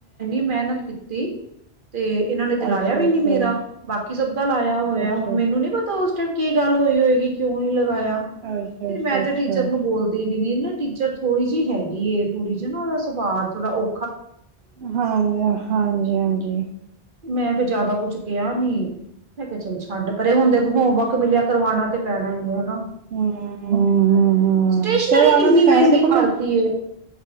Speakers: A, on the right; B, on the right.
A: ਮੈਂ ਮਿਹਨਤ ਕੀਤੀ। ਤੇ ਇਹਨਾਂ ਨੇ ਤੇ ਲਾਇਆ
B: ਅੱਛਾ
A: ਵੀ
B: ਅੱਛਾ
A: ਨੀ ਮੇਰਾ ਬਾਕੀ ਸਭ ਦਾ ਲਾਇਆ ਹੋਇਆ।
B: ਅੱਛਾ
A: ਹੁਣ ਮੈਨੂੰ ਨੀ ਪਤਾ ਉਸ ਟਾਈਮ ਕੀ ਗੱਲ ਹੋਈ ਹੋਏਗੀ। ਕਿਉਂ ਨੀ ਲਗਾਇਆ
B: ਅੱਛਾ
A: ਫਿਰ
B: ਅੱਛਾ
A: ਮੈਂ ਤੇ
B: ਅੱਛਾ
A: ਟੀਚਰ ਨੂੰ ਬੋਲਦੀ ਵੀ ਨੀ ਨਾ। ਟੀਚਰ ਥੋੜੀ ਜਿਹੀ ਹੈਗੀ ਥੋੜੀ ਜਿਹੀ ਨਾ ਉਹਦਾ ਸੁਵਾਅ ਥੋੜਾ ਔ
B: ਹਾਂਜੀ ਹਾਂਜੀ ਹਾਂਜੀ
A: ਮੈਂ ਵੀ ਜ਼ਿਆਦਾ ਕੁਛ ਕਿਹਾ ਨੀ। ਮੈਂ ਕਿਹਾ ਚੱਲ ਛੱਡ ਪਰੇ। ਹੁਣ ਦੇਖੋ ਹੋਮਵਰਕ ਮਿਲਿਆ ਕਰਵਾਉਣਾ ਤੇ ਪੈਣਾ ਹੀ ਹੈ ਹਨਾ।
B: ਹਮ ਹਮ ਹਮ ਹਮ
A: ਸਟੇਸ਼ਨਰੀ
B: ਚਲੋ ਆਣਾ
A: ਕਿੰਨੀ
B: ਤੇ
A: ਮਹਿੰਗੀ
B: ਪੈਣਾ ਦੇਖੋ
A: ਕਰਤੀ
B: ਨਾ
A: ਹੈ।